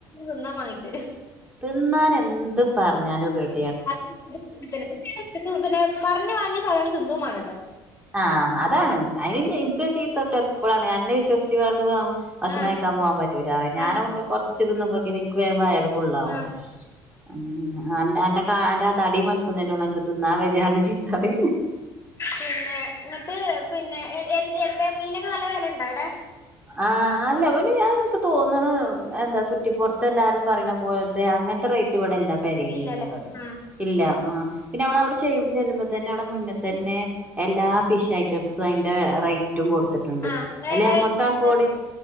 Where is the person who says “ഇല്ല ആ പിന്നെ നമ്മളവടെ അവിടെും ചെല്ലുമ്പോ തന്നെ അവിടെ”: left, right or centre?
Right